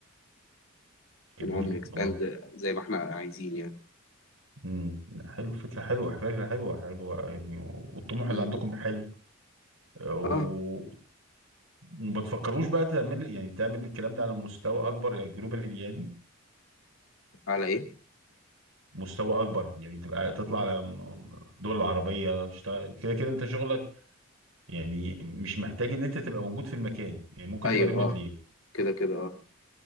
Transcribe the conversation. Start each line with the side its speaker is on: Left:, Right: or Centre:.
Right: جميل
Left: ونقعد نكسباند
Right: والله
Left: زي ما احنا عايزين يعني
Right: امم حلو فكرة حلوة فكرة حلوة حلوة يعني والطموح
Left: م-
Right: اللي
Left: م.
Right: عندكم حلو و-
Left: اه
Right: وما تفكروش بقى تعمل يعني تعمل الكلام ده على مستوى اكبر يعني جلوبال يعني
Left: على ايه
Right: مستوى اكبر يعني تبقى تطلع على م- دول العربية تشتغل كده كده انت شغلك يعني مش محتاج ان انت تبقى موجود في المكان يعني ممكن
Left: ايوه
Right: تبقى ريموتلي
Left: اه كده كده اه